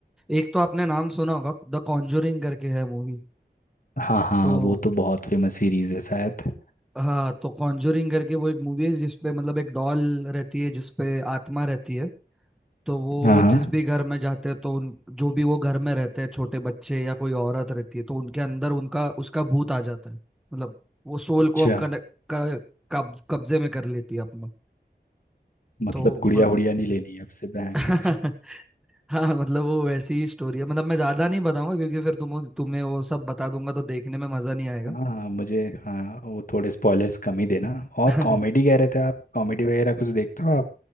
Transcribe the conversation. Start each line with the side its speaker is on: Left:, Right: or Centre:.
Centre: एक तो आपने नाम सुना होगा द कॉन्जोरिंग करके है मूवी
Left: हाँ हाँ
Centre: तो
Left: वो तो बहुत फेमस सीरीज है शायद
Centre: हाँ तो कॉन्जोरिंग करके वो एक मूवी है जिसपे मतलब एक डॉल रहती है जिसपे आत्मा रहती है तो वो
Left: हाँ हाँ
Centre: जिस भी घर में जाते हैं तो उन जो भी वो घर में रहते हैं छोटे बच्चे या कोई औरत रहती है तो उनके अंदर उनका उसका भूत आ जाता है मतलब वो सोल
Left: अच्छा
Centre: को कनेक्ट- क- कब- कब्जे में कर लेती है अपना
Left: मतलब
Centre: तो
Left: गुड़िया
Centre: म-
Left: उड़िया नहीं लेनी है आपसे भयंकर
Centre: <laughs> हाँ मतलब वो वैसी ही स्टोरी है मतलब मैं ज्यादा नहीं बताऊंगा क्योंकि फिर तुम तुम्हें वो सब बता दूंगा तो देखने में मजा नहीं आएगा
Left: हाँ हाँ मुझे हाँ वो थोड़े स्पॉयलर्स कम ही देना और
Centre: <laughs>
Left: कॉमेडी कह रहे थे आप कॉमेडी वगैरह कुछ देखते हो आप